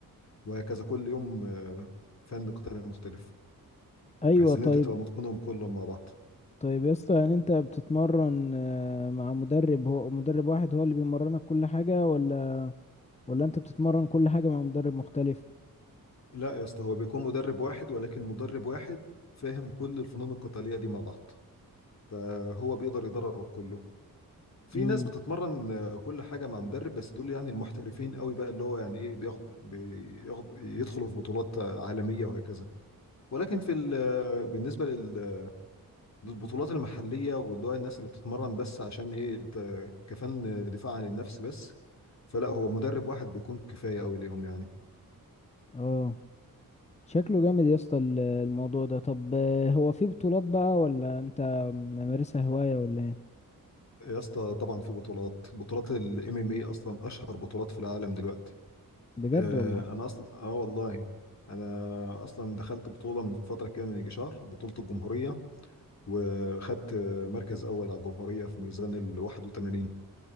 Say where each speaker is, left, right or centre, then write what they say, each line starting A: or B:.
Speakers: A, on the left; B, on the left.
A: وهكذا كل يوم آه، فن قتالي مختلف
B: ايوه
A: بحيث
B: طيب
A: ان انت تبقى متقنهم كلهم مع بعض
B: طيب يا اسطى يعني انت بتتمرن آه، مع مدرب هو مدرب واحد هو اللي بيمرنك كل حاجة ولا ولا انت بتتمرن كل حاجة مع مدرب مختلف
A: لا يا اسطى هو بيكون مدرب واحد ولكن مدرب واحد فاهم كل الفنون القتاليه دي مع بعض فهو بيقدر يدربك كله في
B: امم
A: ناس بتتمرن آه، كل حاجة مع مدرب بس دول يعني المحترفين قوي بقى اللي هو يعني ايه بياخد بياخد يدخلوا في بطولات آه، عالمية وهكذا ولكن في ال- آه، بالنسبة لل- للبطولات المحلية واللي هو الناس اللي بتتمرن بس عشان ايه ت- كفن دفاع عن النفس بس فلا هو مدرب واحد بيكون كفاية قوي ليهم يعني
B: اه شكله جامد يا اسطى ال- الموضوع ده طب آه، هو في بطولات بقى ولا انت ممارسها هواية ولا ايه
A: يا اسطى طبعا في بطولات بطولات الام ام اي اصلا اشهر بطولات في العالم دلوقتي
B: بجد
A: آه،
B: والله
A: انا اصلا اه والله انا اصلا دخلت بطوله من فتره كده من يجي شهر بطوله الجمهوريه وخدت آه، مركز اول على الجمهوريه في ميزان ال 81